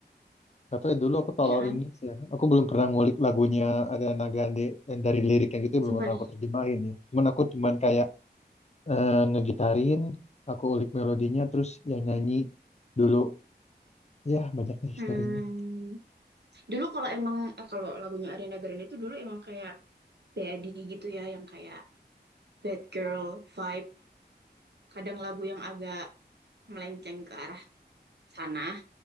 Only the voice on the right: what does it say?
iya kan
sumpah
deh
hmm.
dulu kalau emang eh, kalau lagunya Ariana Grande itu dulu emang kayak Daddy gitu ya yang kayak bad girl vibe kadang lagu yang agak melenceng ke arah sana